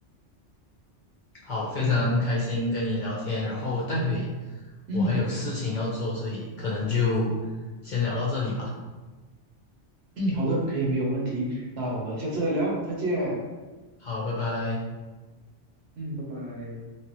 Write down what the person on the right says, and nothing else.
嗯
嗯，
嗯，好的，可以，没有问题。那我们下次再聊，再见。
嗯，拜拜。